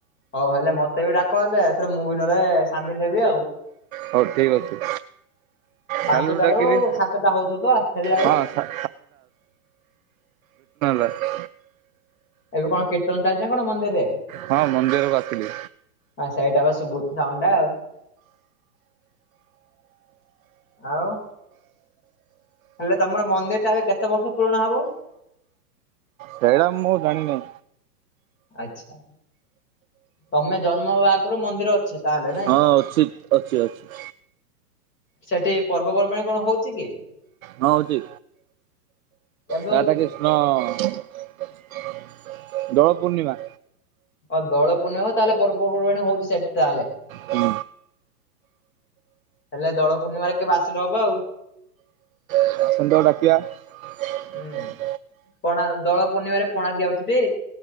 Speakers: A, on the left; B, on the right.
A: ହଉ ହେଲେ ମ ମୋତେ ବି ଡାକ ହେଲେ ଏଥରେ ମୁଁ ବି ନହେଲେ ସାମିଲ ହେବି ଆଉ।
B: ହଉ ଠିକ ଅଛି।
A: ପାଞ୍ଚଟାରୁ
B: କାଲିକୁ ଡାକିବି
A: ସାତଟା ହଉଥିବ ତ ଫେରିଲା ବେଳେ?
B: ହଁ। <inaudible>
A: ଏବେ କଣ କୀର୍ତ୍ତନ ଚାଲିଛି ନା କଣ ମନ୍ଦିରରେ?
B: ହଁ ମନ୍ଦିରକୁ ଆସିଲି
A: ଆ ସେଇଟା ବା ଶୁ ସାଉଣ୍ଡ ଟା ଆଉ ଆଉ। ହେଲେ ତମର ମନ୍ଦିରଟା ଏବେ କେତେ ବର୍ଷ ପୁରୁଣା ହବ?
B: ସେଇଟା ମୁଁ ଜାଣିନେଇ।
A: ଆଛା ତମେ ଜନ୍ମ ହବା ଆଗରୁ ମନ୍ଦିର ଅଛି। ତାହେଲେ ନାଇଁ?
B: ହଁ ଅଛି ଅଛି ଅଛି।
A: ସେଠି ପର୍ବପର୍ବାଣିୀ କଣ ହଉଛି କି?
B: ହଁ ହଉଚି
A: କେବେ
B: ରାଧାକୃଷ୍ଣ
A: ହଉଛି?
B: ଦୋଳ ପୂର୍ଣ୍ଣିମା।
A: ଆଉ ଦୋଳ ପୂର୍ଣିମା ହଉ ତାହେଲେ ପର୍ବପର୍ବାଣି ହଉଛି ସେଠି ତାହେଲେ।
B: ହୁଁ।
A: ହେଲେ ଦୋଳ ପୂର୍ଣ୍ଣିମାରେ କେବେ ଆସିଲେ ହବ ଆଉ?
B: <inaudible>
A: ହୁଁ ପଣା ଦୋଳ ପୂର୍ଣ୍ଣିମାରେ ପଣା ଦିଆ ହଉଛି ଟି?